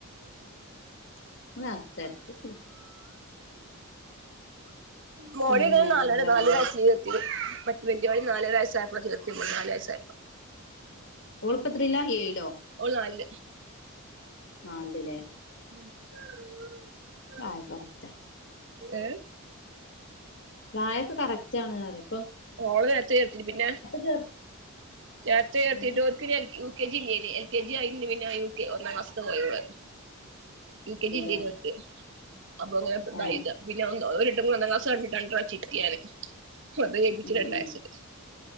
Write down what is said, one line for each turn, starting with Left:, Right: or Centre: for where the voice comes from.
Left: <unintelligible>
Right: മോളികൾ
Left: പിന്നെ
Right: നാലര
Left: എന്താണ്
Right: നാലരാഴ്ച ചീതത്തി മറ്റ വലിയ മളി നാലരരാസ്സ ആയപ്പോ ചത്തി നാലല് വയസയ
Left: ഓള്പ്പൊ എത്രീല ഏഴിലോ
Right: ഓള് നാലിൽ
Left: നാല്ല് ല്ലെ
Right: <unintelligible>
Left: ആയ കറക്റ്റ
Right: ഏഹ്
Left: പ്രായൊക്കെ കറക്റ്റ് ആണ് പറയാ
Right: ഓള ചത്ത് ചേർത്തിട്ട് പിന്നെ
Left: ചേർ
Right: ചത്ത് ചേർത്തിട്ട്
Left: ഏഹ്
Right: ഒർക്കിന യ കെ ജില്ലന് എൽ കെ ജി ആയിന് പിന്നെ യു കെ ഒന്നാം മാസത്തെ പോയ യു
Left: അതെല്ലേ
Right: കെ ജില്ലയി അപ്പൊ അങ്ങനെതായതാ
Left: ഏഹ്
Right: <unintelligible> <unintelligible>
Left: ഉം ഉം